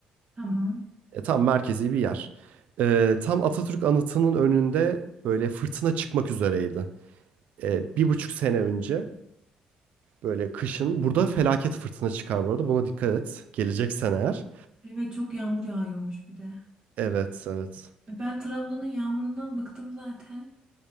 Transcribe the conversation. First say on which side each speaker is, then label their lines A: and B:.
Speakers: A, on the right (about 35°); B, on the right (about 70°).
A: Tamam.
B: E, tam merkezi bir yer. Ee, tam Atatürk Anıtı'nın önünde böyle fırtına çıkmak üzereydi. Ee, bir buçuk sene önce böyle kışın burada felaket fırtına çıkar bu arada. Buna dikkat et. Geleceksen eğer.
A: Evet çok yağmur yağıyormuş bir de.
B: Evet evet.
A: Ben Trabzon'un yağmurundan bıktım zaten.